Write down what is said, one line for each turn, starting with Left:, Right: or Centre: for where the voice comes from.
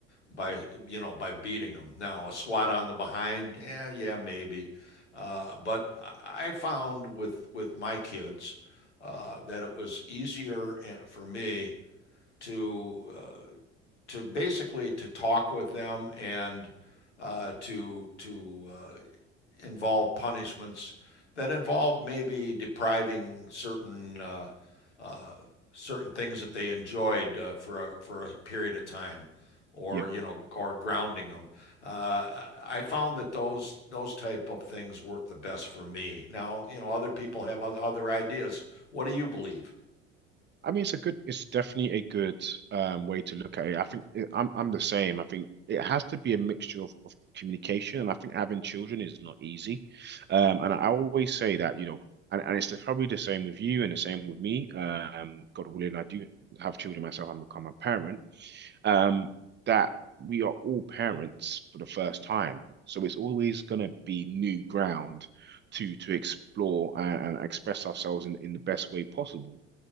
Left: by you know by beating them. Now a swat on the behind, yeah, yeah, maybe, uh, but I found with with my kids uh, that it was easier eh, for me to uh, to basically to talk with them and uh, to to uh, involve punishments that involve maybe depriving certain uh, uh, certain things that they enjoyed uh, for a, for a period of time, or
Right: Yeah.
Left: you know, or grounding them. Uh, I found that those those type of things work the best for me. Now, you know, other people have other ideas. What do you believe?
Right: I mean, it's a good, it's definitely a good um, way to look at it. I think it, I'm I'm the same. I think it has to be a mixture of, of communication, and I think having children is not easy. Um, and I always say that, you know, and, and it's the, probably the same with you and the same with me. Um, God willing, I do have children myself and become a parent. um, that we are all parents for the first time. So it's always going to be new ground to to explore and, and express ourselves in, in the best way possible.